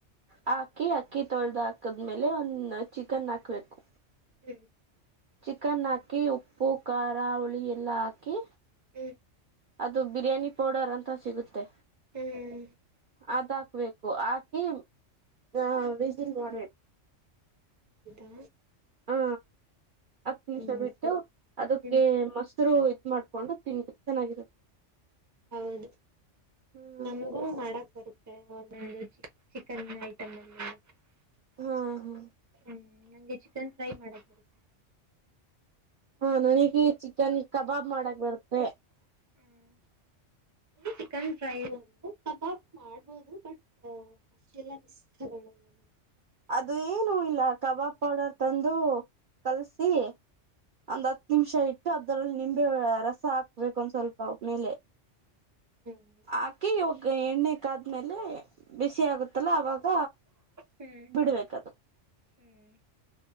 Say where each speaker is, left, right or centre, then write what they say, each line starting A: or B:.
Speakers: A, on the right; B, on the right.
A: ಹಾಕಿ ಅಕ್ಕಿ ತೊಳ್ದ ಹಾಕದ್ಮೇಲೆ ಒನ್ ಚಿಕನ್ ಹಾಕ್ಬೇಕು.
B: ಹ್ಮ್
A: ಚಿಕನ್ ಹಾಕಿ ಉಪ್ಪು ಖಾರ ಹುಳಿ ಎಲ್ಲ ಹಾಕಿ
B: ಹ್ಮ
A: ಅದು ಬಿರಿಯಾನಿ ಪೌಡರ್ ಅಂತ ಸಿಗುತ್ತೆ
B: ಹ್ಮ್
A: ಅದ್ ಹಾಕ್ಬೇಕು ಹಾಕಿ ಹಾ ವಿಜಿಲ್ ಮಾಡಬೇಕು
B: ಹೌದಾ
A: ಹಾ ಹತ್ತ್ ನಿಮಷ
B: ಹ್ಮ್
A: ಬಿಟ್ಟು ಅದಕ್ಕೆ
B: ಹ್ಮ್
A: ಮಸ್ ರು ಇದ್ ಮಾಡ್ಕೊಂಡು ತಿನ್ಬೇಕ್ ಚೆನ್ನಾಗಿರುತ್ತೆ.
B: ಹೌದು
A: ಹ್ಮ್
B: ನಮಗೂ ಮಾಡಕ್ ಬರುತ್ತೆ ಒಂದೊಂದು ಚಿಕನ್ ಐಟಮ್ಮಲ್ಲೆಲ್ಲ.
A: ಹೂ ಹ್ಮ್
B: ಹ್ಮ್ ನಂಗೆ ಚಿಕನ್ ಫ್ರೈ ಮಾಡಕ್ ಬರುತ್ತೆ
A: ಹಾ ನನಗೆ ಚಿಕನ್ ಕಬಾಬ್ ಮಾಡಕ್ ಬರುತ್ತೆ.
B: ಹ್ಮ್ ಚಿಕನ್ ಫ್ರೈ ಒಂದು ಕಬಾಬ್ ಮಾಡ್ಬೋದು ಬಟ್ ಗಿರೈಸ್ ತಗೋಳಲ್ಲ ನಾನು
A: ಅದು ಏನು ಇಲ್ಲ ಕಬಾಬ್ ಪೌಡರ್ ತಂದು ಕಲಸಿ ಒಂದ್ ಹತ್ತ್ ನಿಮಿಷ ಇಟ್ಟು ಅದರಲ್ಲಿ ನಿಂಬೆ ರಸ ಹಾಕ್ಬೇಕು ಒಂದ ಸ್ವಲ್ಪ ಮೇಲೆ
B: ಹ್ಮ್
A: ಹಾಕಿ ಇವಾಗ ಎಣ್ಣೆ ಕಾದ್ಮೇಲೆ ಬಿಸಿ ಆಗುತ್ತಲ್ಲ ಅವಾಗ
B: ಹ್ಮ್
A: ಬಿಡ್ಬೇಕದು
B: ಹ್ಮ್